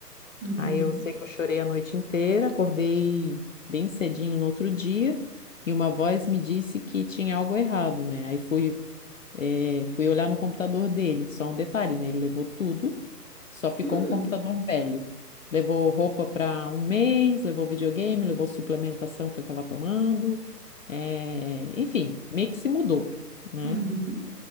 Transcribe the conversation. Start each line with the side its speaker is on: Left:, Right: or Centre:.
Right: Uhum.
Left: Aí eu sei que eu chorei a noite inteira, acordei bem cedinho no outro dia e uma voz me disse que tinha algo errado, né? Aí fui, eh, fui olhar no computador dele. Só um detalhe, né? Ele levou tudo, só ficou
Right: Hum,
Left: um computador velho. Levou roupa para um mês, levou videogame, levou suplementação que ele estava tomando, eh, enfim, meio que se mudou, né?
Right: uhum.